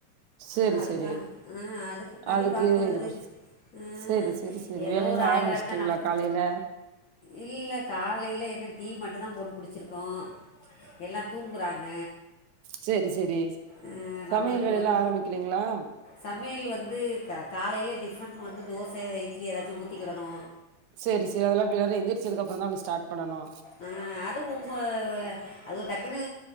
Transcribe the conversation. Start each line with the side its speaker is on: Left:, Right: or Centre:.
Right: சேரி
Left: அதுக்கா
Right: சேரி
Left: ஆ அதுக்காண்டி
Right: அதுக்கு
Left: பாக்குறது
Right: இது
Left: ஆ
Right: செரி செரி செரி
Left: ஏதோ
Right: வேலையெல்லா
Left: ஒரு ஆய்ருவா
Right: ஆரம்பிச்சுட்டீங்களா
Left: இருந்தா நம்
Right: காலையில
Left: இல்ல காலைல என்ன டீ மட்டுந்தா போட்டு குடிச்சிர்க்கோ எல்லா தூங்குறாங்க
Right: சேரி சேரி
Left: ஆ
Right: சமையல்
Left: நம்மளுக்கு
Right: வேலயெல்லா
Left: வந்
Right: ஆரம்பிக்கிலீங்களா
Left: சமையல் வந்து க காலைலயே டிஃபன் வந்து தோச இட்லி ஏதாச்சு ஊத்திக்கிடணு
Right: சேரி சேரி அதெல்லா இப்ப எல்லாரு எந்திரிச்சதுக்கப்றொந்தானே ஸ்டாட் பண்ணனு
Left: ஆ அது உம்ம வ அது ஒ டக்குனு